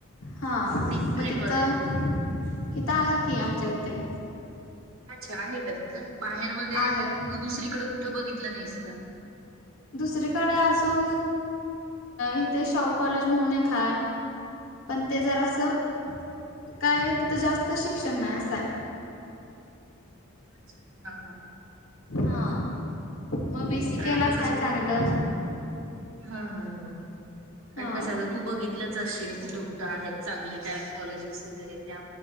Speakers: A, on the left; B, on the right.
A: हा
B: ते कुठे
A: मग
B: आहे
A: तिथं
B: कॉलेज?
A: इथं आहे की की आमच्या ईथे.
B: अच्छा आहे का तिथं बाहेर वगैरे
A: आहे
B: मग दुसरीकडे कुठं बघितलं नाहीस का
A: दुसरीकडे अजून इथे शाहू कॉलेज म्हणून एक हाय पण ते जरा असं. काय तिथ जास्त शिक्षण नाही असंय
B: अच्छा, हा हा.
A: हा मग बीसी
B: कारण
A: केेलाच
B: आता कसं
A: ह चांगलं.
B: हा हा हा कारण
A: हां
B: कसं आता तू बघित बघीतलच असशील कुठ कुठ आहेत चांगले त्या कॉलेजेस वगैरे त्या